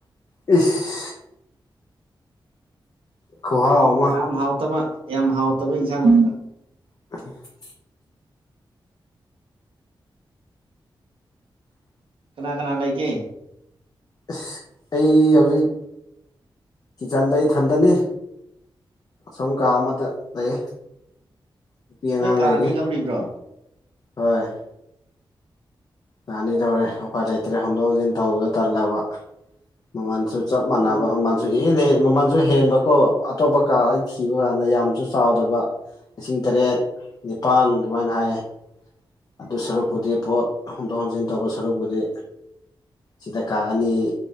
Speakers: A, on the left (about 45°); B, on the right (about 80°).
A: ꯏꯁ ꯈꯨꯍꯥꯎ ꯑꯃ
B: ꯌꯥꯝ ꯍꯥꯎꯇꯕ ꯌꯥꯝ ꯍꯥꯎꯇꯕ ꯏꯟꯖꯥꯡꯅꯤꯑꯗꯨ
A: <unintelligible>
B: ꯀꯅꯥ ꯀꯅꯥ ꯂꯩꯒꯦ꯫
A: ꯏꯁ ꯑꯩ ꯍꯧꯖꯤꯛ ꯀꯤꯆꯟꯗ ꯏꯊꯟꯇꯅꯦ ꯑꯁꯣꯝ ꯀꯥ ꯑꯃꯗ ꯂꯩꯌꯦ ꯅꯨꯄꯤ ꯑꯉꯥꯡ
B: ꯅꯣꯏ ꯀꯥ
A: ꯂꯩꯔꯦ
B: ꯑꯅꯤ ꯂꯧꯔꯤꯕ꯭ꯔꯣ
A: ꯍꯣꯏ ꯑꯥ ꯑꯅꯤ ꯇꯧꯔꯦ ꯎꯄꯥꯏ ꯂꯩꯇ꯭ꯔꯦ ꯍꯣꯟꯗꯣꯛ ꯍꯣꯟꯖꯤꯟ ꯇꯧꯕꯗꯣ ꯇꯜꯂꯕ ꯃꯃꯟꯁꯨ ꯆꯞ ꯃꯥꯟꯅꯕ
B: ꯑꯗꯨꯅ
A: ꯑꯃ ꯖꯨꯍꯦꯟ ꯍꯦꯟ ꯃꯃꯟꯖꯨ ꯍꯦꯟꯕꯀꯣ ꯑꯇꯣꯞꯄ ꯀꯥ ꯑꯩ ꯊꯤꯕ ꯀꯥꯟꯗ ꯌꯥꯝꯁꯨ ꯆꯥꯎꯗꯕ ꯂꯤꯁꯤꯡ ꯇꯔꯦꯠ ꯅꯤꯄꯥꯟ ꯑꯗꯨꯃꯥꯏꯅ ꯍꯥꯏꯌꯦ ꯑꯗꯨ ꯁꯔꯨꯛꯄꯨꯗꯤ ꯄꯣꯠ ꯍꯣꯡꯗꯣꯛ ꯍꯣꯟꯖꯤꯟ ꯇꯧꯕ ꯁꯔꯨꯛꯄꯨꯗꯤ꯫ ꯁꯤꯗ ꯀꯥ ꯑꯅꯤ ꯑꯦ